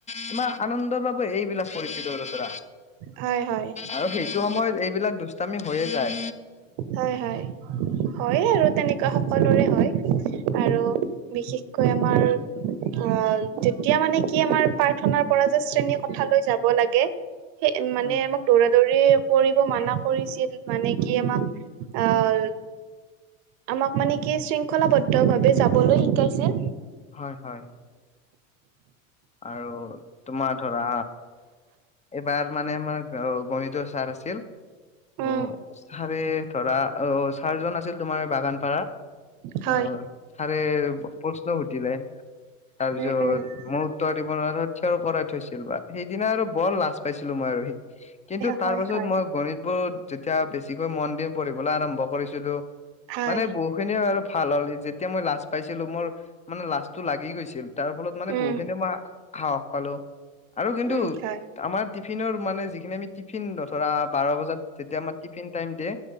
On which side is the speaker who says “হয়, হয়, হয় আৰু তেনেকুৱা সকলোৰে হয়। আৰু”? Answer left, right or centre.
Right